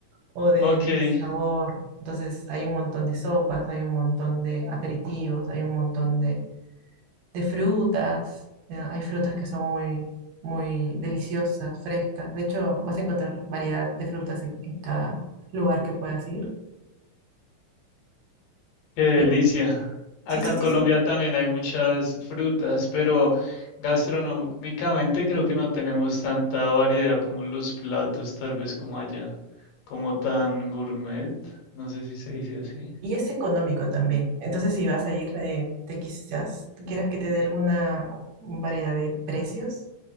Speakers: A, on the right; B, on the left.
A: o del
B: ok, qué
A: sabor. Entonces hay un montón de sopas, hay un montón de aperitivos, hay un montón de, de frutas, eh, hay frutas que son muy, muy deliciosas, frescas. De hecho, vas a encontrar variedad de frutas en, en cada lugar que puedas ir.
B: delicia.
A: Y bueno,
B: Acá
A: sí, sí,
B: en
A: sí,
B: Colombia
A: sí.
B: también hay muchas frutas, pero gastronómicamente creo que no tenemos tanta variedad como en los platos, tal vez como allá, como tan gourmet, no sé si se dice así.
A: Y es económico también. Entonces, si vas a ir, eh, te quizás quieras que te dé alguna variedad de precios.